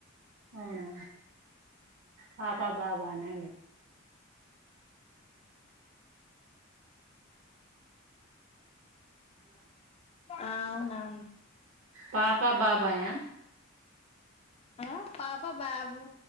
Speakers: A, on the right; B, on the left.
A: అవునా పాప బాబానేండి
B: ఆ అవును ఆ
A: పాపా బాబాయా
B: ఆ పాప బాబు